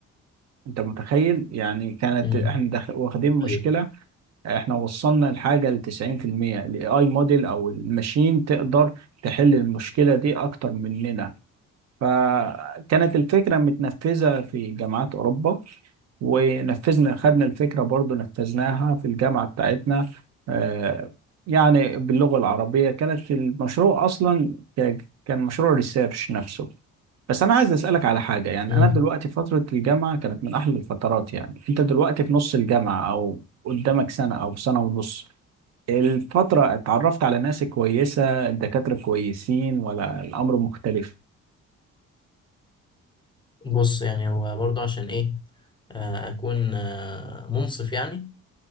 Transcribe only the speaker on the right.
انت متخيل يعني كانت
احنا داخل واخدين مشكلة
احنا وصلنا الحاجة ل 90% الاي اي موديل او الماشين تقدر تحل المشكلة دي اكتر مننا فكانت الفكرة متنفذة في جامعات أوروبا ونفذنا خدنا الفكرة برضو نفذناها في الجامعة بتاعتنا آه، يعني باللغة العربية كانت المشروع أصلا ك- كان مشروع ريسيرش نفسه بس أنا عايز أسألك على حاجة يعني
أنا دلوقتي فترة الجامعة كانت من أحلى الفترات يعني أنت دلوقتي في نص الجامعة أو قدامك سنة أو سنة ونص الفترة اتعرفت على ناس كويسة الدكاترة كويسين ولا الأمر مختلف